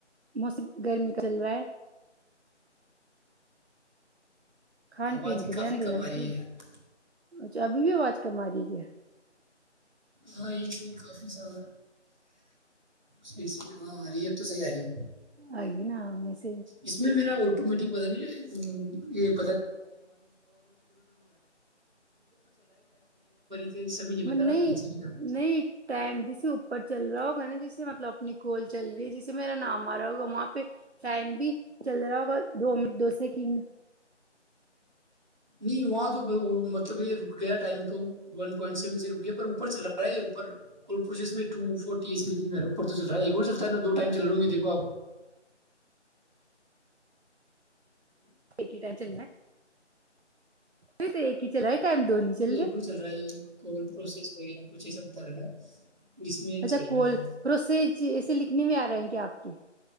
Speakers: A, on the right (about 60°); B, on the right (about 40°).
A: موسم گرمی کا چل رہا ہے <unintelligible> کھان
B: آواز
A: پین
B: ہی
A: پہ
B: کافی
A: دھیان
B: کم
A: دینا
B: آ
A: بھی
B: رہی ہے یار
A: چ ابھی بھی آواز کم رہ ہے
B: ہاں یہ ص ہی کافی سارہ حییح ہاں ریب تو صحیح آ رہی
A: آئی نا میں <unintelligible>
B: اس میں میرا آٹومیٹک بتا نہیں <unintelligible> <unintelligible> بتا
A: میں نہیں
B: رہا نیچے کی طرف
A: نہیں ٹائم جسے اوپر چل رہا ہوگا نا جسے مطلب اپنی کوال چل رہی ہے جسے میرا نام آ رہا ہوگا وہاں پہ ٹائم بھی چل رہا ہوگا دو منٹ دو سیکنڈ
B: نہیں وہاں تو مطلب یہ ر ک گیا ٹائم تو ون پوائنٹ سیون سے رک گیا پر اوپر چل رہا ہے اپر پرو میںو فورٹی لا اوپر تو چل رہا ہے چلتا ہے نا دو ائم چل رہاوں گے دیکھو آ
A: ایک ٹائ چا یہ ت ایک ک ہیچن ہے ٹائم دو نہیں
B: م ایک
A: رہے
B: چل رہا ہے کال پروسیس وغیرہ کچھ ای سا بتا رہے گ ہے جس میں
A: اچھا
B: چل
A: کول
B: رہا ہے
A: فوسج ایسے لکھنے میں آ رہے ہیں کیا آپ کے